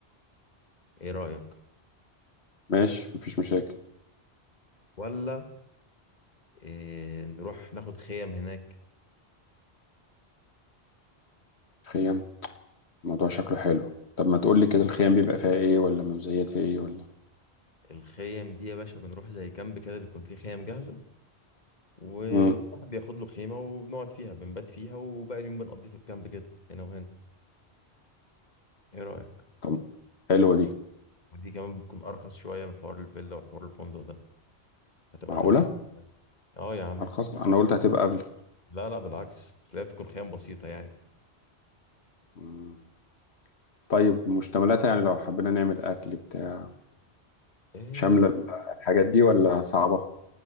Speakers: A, on the left (about 40°); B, on the left (about 80°).
A: ايه رأيك
B: ماشي مفيش مشاكل
A: ولا إيه نروح ناخد خيم هناك
B: خيام الموضوع شكله حلو طب ما تقول لي كده الخيام بيبقى فيها ايه ولا مزيتها ايه ولا
A: الخيم دي يا باشا بنروح زي كامب كده بيكون فيه خيم جاهزة وواحد
B: امم
A: بياخد له خيمة وبنقعد فيها بنبات فيها وباقي اليوم بنقضيه في الكامب كده هنا وهنا ايه رأيك
B: طب حلوة دي
A: ودي كمان بتكون ارخص شوية من حوار الفيلا وحوار الفندق ده هتبقى
B: معقولة
A: تجربة <laughs> اه يا عم
B: ارخص انا قلت هتبقى اغلى
A: لا لا بالعكس بس هي بتكون خيام بسيطة يعني
B: مم. طيب مشتملاتها يعني لو حبينا نعمل أكل بتاع
A: إيه
B: شاملة الحاجات دي ولا صعبة؟